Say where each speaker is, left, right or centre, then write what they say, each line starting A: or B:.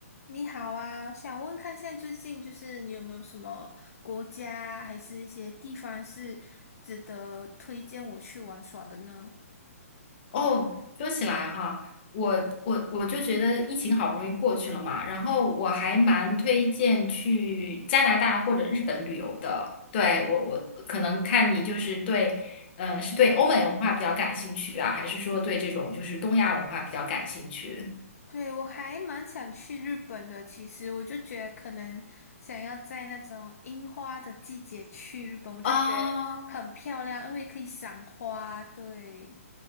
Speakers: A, on the left (about 70°); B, on the left (about 40°).
A: 你好啊，想问看现在最近就是你有没有什么国家还是一些地方是值得推荐我去玩耍的呢？
B: 哦，说起来哈，我我我就觉得疫情好不容易过去了嘛，然后我还蛮推荐去加拿大或者日本旅游的。对，我我可能看你就是对，呃，是对欧美文化比较感兴趣啊，还是说对这种就是东亚文化比较感兴趣？
A: 对，我还蛮想去日本的，其实我就觉得可能想要在那种樱花的季节去日本，我就觉得很漂亮，
B: 啊
A: 因为可以赏花。对，